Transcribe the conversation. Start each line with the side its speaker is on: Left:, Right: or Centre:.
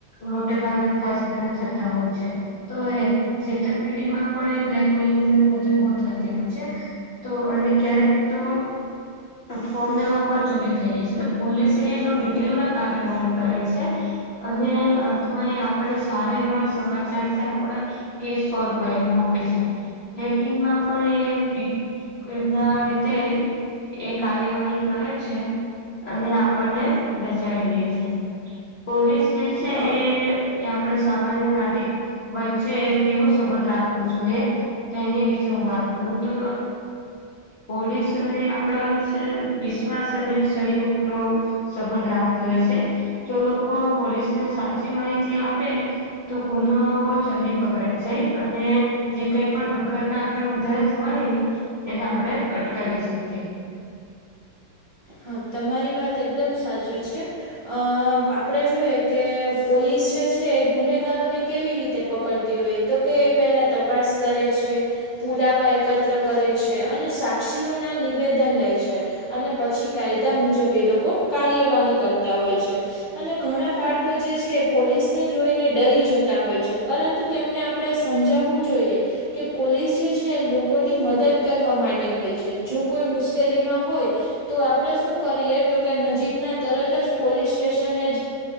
Left: મોટે ભાગ ને ખાસ કરી થતા હોય છે. તો એ છેતરપિંડીમાં પણ એ બ્લેકમેલિંગ. બધું બહ થતી હોય છે તો અને ક્યારેક તો. ફોર્મ લેવા પણ ચોરી થઈ જાય છે તો પોલીસ એનું ડિટેલમાં કાર્યવાહી કરે છે. અને અંતમાં એ આપણે સારા એવા સમાચાર છે આપણા. કેસ સોલ્વ કરીને આપે છે. હેકિંગમાં પણ એ એમના રીતે. એ કાર્યવાહી કરે છે. અને આપણને બચાવી લે છે પોલીસ જે છે
Right: હા
Left: એ. એ આપણે સામાન્ય નાગિક વચ્ચે કેવું સંબંધ રાખવો જોઈએ. તેની વિશે હ વાત કરું તો પોલીસ. આપ વિશે વિશ્વાસ અને સહયોગ નો સંબંધ રાખતી હોય છે. જો લોકો પોલીસને સાચી માહિતી આપે. તો કુનો ચલ્લી પકડાાય જાય અને જે કઈ પણ દુર્ઘટના આગળ વધારે થવાની એને આપણે અટકાવી શકીએ.
Right: હા તમારી વાત એકદમ સાચી છે. અ આપણે જોએ કે પોલીસ જે છે એ ગુનેગારોને કેવી રીતે. તે પકડતી હોય તો કે એ પેલા તપાસ કરે છે. પુરાવા એકત્ર કરે છે અને સાક્ષીઓના નિવેદન લે છે અને પછી. કાયદા મુજબ એ લોકો કાર્યવાહી કરતા હોય છે. અને ઘણા બાળકો જે છે પોલીસને જોઈને ડરી જતા હોય છે, પરંતુ તેમને આપડે સમજાવું જોઈએ. કે પોલીસ જે છે એ લોકોની મદદ કરવા માટે હોય છે, જો કોઈ મુશ્કેલીમાં હોય. તો આપડે શું કરીએ તો કે નજીકના તરત જ પોલીસ સ્ટેશન